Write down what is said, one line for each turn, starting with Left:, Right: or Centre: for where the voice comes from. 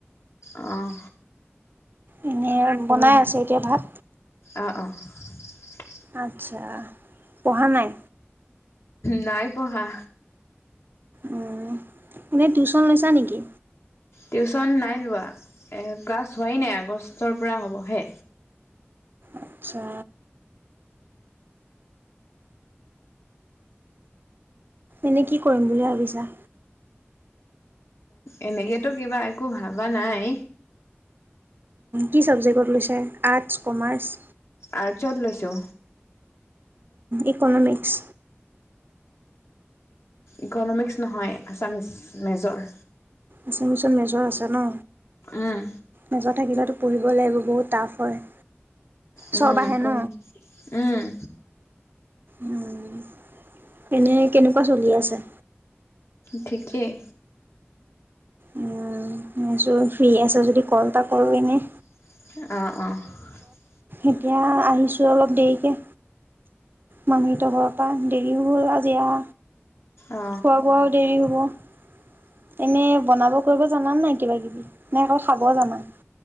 Left: আহ,
Right: এনেই বনাই আছে এতিয়া ভাত।
Left: অহ ',- অহ ',
Right: আচ্ছা পঢ়া নাই।
Left: নাই পঢ়া।
Right: উম, এনেই টিউচন লৈছা নেকি?
Left: টিউশচন নাই লোৱা ক্লাছ হোৱাই নাই আগষ্টৰ পৰা হ'বহে।
Right: আচ্ছা। এনে কি কৰিম বুলি ভাবিছা।
Left: এনেকেতো কিবা একো ভবা নাই।
Right: কি ছাবজেক্টত লৈছে আৰ্টছ কমাৰ্চ।
Left: আৰ্চত লৈছো।
Right: ইকনমিক্স।
Left: ইকনমিক্স নহয় আছামিছ মেজৰ।
Right: অসামিছত মেজৰ আছে ন।
Left: উম
Right: মেজৰ থাকিলেতো পঢ়িব লাগিব বহুত টাফ হয়।
Left: উম-
Right: চব আহে ন?
Left: উম।
Right: উম, এনে কেনেকুৱা চলি আছে।
Left: ঠিকেই।
Right: উম, মই ভাৱিছো ফ্ৰী আছা যদি কল এটা কৰো এনে।
Left: অহ ',- অহ ',
Right: এতিয়া আহিছো অলপ দেৰিকে। মানুহ ত ঘৰৰ পৰা দেৰিও হ'ল আজি আহা।
Left: অ
Right: খোৱা বোৱাও দেৰি হ'ব। এনে বনাব কৰিব জানা নাই কিবা কিবি নাই নে অকল খাব জানা।